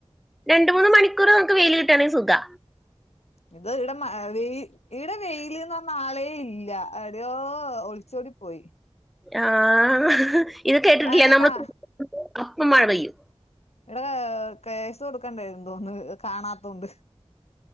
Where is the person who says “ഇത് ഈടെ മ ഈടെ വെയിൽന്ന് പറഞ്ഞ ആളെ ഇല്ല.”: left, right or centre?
Left